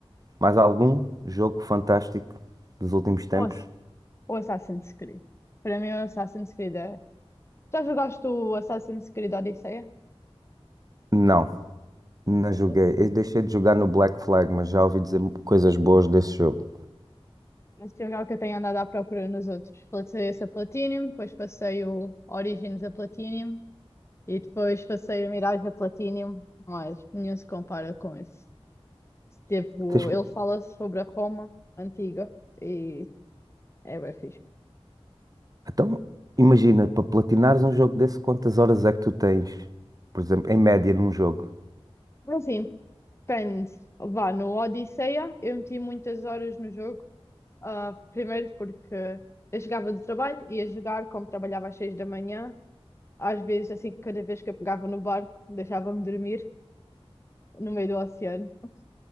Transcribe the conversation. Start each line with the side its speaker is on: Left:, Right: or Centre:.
Right: mais algum jogo fantástico dos últimos tempos?
Left: Ou, ou Assassin's Creed. Para mim, o Assassin's Creed é. Já jogaste o Assassin's Creed Odisseia?
Right: Não, não joguei.
Left: Esse.
Right: Eu deixei de jogar no Black Flag, mas já ouvi dizer coisas boas desse jogo.
Left: Esse é o jogo que eu tenho andado à procura nos outros. Passei esse a Platinum, depois passei o Origins a Platinum e depois passei o Mirage a Platinum, mas nenhum se compara com esse. Tipo,
Right: Tens que-
Left: ele fala sobre a Roma antiga e é bem fixe.
Right: Então, imagina, para platinares um jogo desse, quantas horas é que tu tens, por exemplo, em média num jogo?
Left: Assim, depende. Vá, no Odisseia eu meti muitas horas no jogo. Ah, primeiro porque eu chegava do trabalho, ia jogar, como trabalhava às seis da manhã. Às vezes, assim, cada vez que eu pegava no barco, deixava-me dormir no meio do oceano. <laughs>